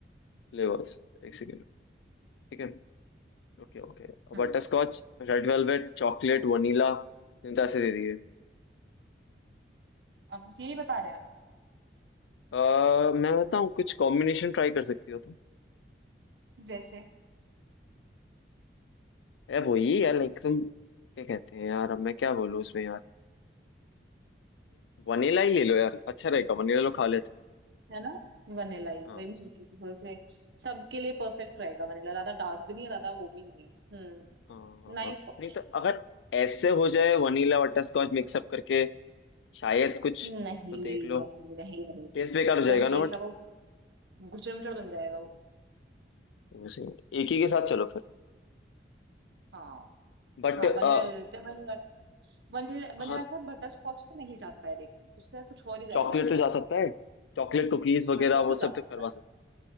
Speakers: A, on the left; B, on the right.
A: flavours एक सेकंड ठीक है Okay okay
B: हम्म
A: Butterscotch Red velvet chocolate vanilla तुम तो ऐसे दे दिए
B: आप बस यही बता रहे हैं
A: अह मैं बताऊँ कुछ कॉम्बिनेशन ट्राई कर सकती हो तुम
B: जैसे
A: यार वही यार लाइक तुम क्या कहते हैं यार अब मैं क्या बोलूँ उसमें यार वनीला ही ले लो यार अच्छा रहेगा वनीला लो खा लेते
B: है ना वनीला ही
A: हाँ
B: वही मैं सोचू थी थोड़े से सबके लिए परफेक्ट रहेगा वनीला ज्यादा डार्क भी नहीं है ज्यादा वो भी नहीं है हम्म
A: हाँ हाँ
B: नाइस
A: हाँ
B: ऑप्शन
A: नहीं तो अगर ऐसे हो जाए वनीला बटर स्कॉच मिक्सअप करके शायद कुछ
B: नहीं
A: तो देख लो
B: नहीं नहीं नहीं
A: टेस्ट बेकार हो
B: पता
A: जाएगा
B: नहीं
A: ना
B: टेस्ट का वो गुचड़ मुचड़ बन जाएगा वो
A: वैसे एक ही के साथ चलो फिर
B: हाँ
A: बट
B: हाँ
A: अ,
B: वनीला ले लेते हैं वनीला का वनीला वनीला
A: हाँ
B: के साथ बटर स्कॉच तो नहीं जाता है देख उसके साथ कुछ और ही जाएगा
A: चॉकलेट
B: वनीला
A: तो जा
B: के साथ
A: सकता है
B: ना
A: चॉकलेट कुकीज वगैरह
B: हाँ चॉकलेट
A: वो
B: जा
A: सब
B: सकता
A: तो करवा
B: है
A: सकते